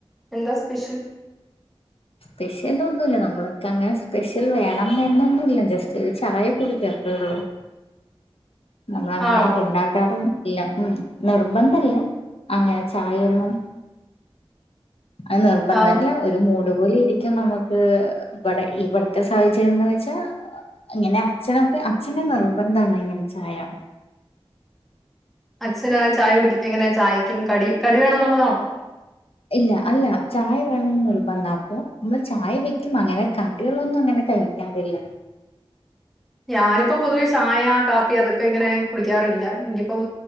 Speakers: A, in the centre; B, on the left (about 70°).
A: എന്താ സ്പെഷ്യൽ?
B: സ്പെഷ്യൽ എന്താ ഒന്നുമില്ല നമ്മളൊക്കെ അങ്ങനെ സ്പെഷ്യൽ വേണം എന്ന് ഒന്നുമില്ല ജസ്റ്റ് ഒരു ചായ കൂടിക്കത്രേയുള്ളൂ നമ്മള് അങ്ങനെ
A: ആണോ
B: ഉണ്ടാക്കാറ് ഒന്നും ഇല്ല ഉം നിർബന്ധല്ല അങ്ങനെ ചായയൊന്നും അത് നിർബന്ധല്ല
A: ആ
B: ഒരു മൂഡ് അതുപോലെ ഇരിക്കും നമുക്ക് ഇവിടെ ഇവിടുത്തെ സാഹചര്യംന്ന് വെച്ചാൽ ഇങ്ങനെ അച്ഛനൊക്കെ അച്ഛന് നിർബന്ധമാണ് ഇങ്ങനെ ചായ
A: അച്ഛന് ചായ കുടിക്കും എങ്ങനെയാ ചായക്കും കടി കടി വേണം എന്നുള്ളതാണോ
B: ഇല്ല അല്ല ചായ വേണംന്ന് നിർബന്ധം അപ്പൊ നമ്മള് ചായ വെക്കും അങ്ങനെ കടികളൊന്നും അങ്ങനെ കഴി ക്കാറില്ല
A: ഞാനിപ്പോ പൊതുവെ ചായ കാപ്പി അതൊക്കെ ഇങ്ങനെ കുടിക്കാറില്ല ഇനിപ്പം